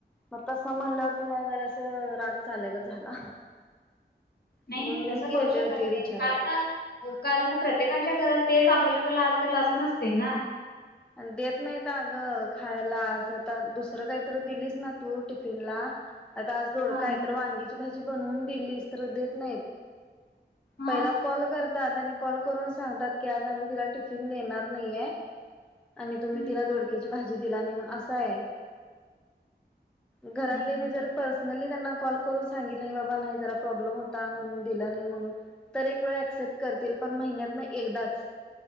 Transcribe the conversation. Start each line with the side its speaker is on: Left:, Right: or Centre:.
Centre: मग तसं म्हणल्यावरती म जरा अस रागच आलगच झाला.
Left: नाही
Centre: म्हणून
Left: नाही तसं
Centre: मी
Left: करू
Centre: गेले
Left: शकत
Centre: होते
Left: नाहीत
Centre: विचारायला
Left: कारण कारण प्रत्येकांच्या घरात तेच अव्लेबल असेल असं नसते ना
Centre: आणि देत नाहीत अगं खायला असं तर दुसरं काहीतरी दिलीस ना तू टिफिनला आता आज थोड
Left: हा
Centre: काय तर वांगीची भाजी बनवून दिलीस तर देत नाहीत.
Left: हा
Centre: पहिला कॉल करतात आणि कॉल करून सांगतात की आज आम्ही तिला टिफिन देणार नाहीे. आणि तुम्ही
Left: हम्म.
Centre: तिला डोडक्याची भाजी दिला नाही म्हण असा आहे. घरातलेने
Left: नाही नाही
Centre: जर
Left: तस-
Centre: प पर्नली त्यांना कॉल करून सांगितलं की बाबा नाही जरा प्रॉब्लेम होता म्हणून दिला नाही म्हणून तर एक वेळ ऍक्सेप्ट करतील पण महिन्यात ना एकदाच